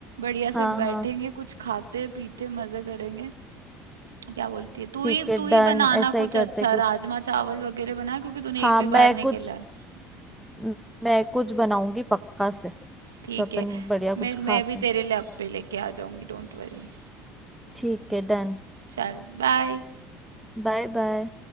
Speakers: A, on the right; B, in the centre.
A: बढ़िया
B: हाँ
A: से बैठेंगे
B: हाँ
A: कुछ खाते पीते मजे करेंगे क्या बोलती है तू
B: ठीक
A: ही
B: है
A: तू ही
B: डन
A: बनाना
B: ऐसा ही
A: कुछ
B: करते
A: अच्छा
B: कुछ
A: राजमा चावल वगैरह बना क्योंकि तूने
B: हाँ
A: एक भी
B: मैं
A: बार नहीं
B: कुछ
A: खेला है
B: म- मैं कुछ बनाऊंगी पक्का से फिर
A: ठीक
B: अपन
A: है
B: बढ़िया
A: मैं
B: कुछ खाते
A: मैं भी
B: हैं
A: तेरे लिए अप्पे लेके आ जाऊंगी डोंट वरी
B: ठीक है डन
A: चल बाय
B: Bye bye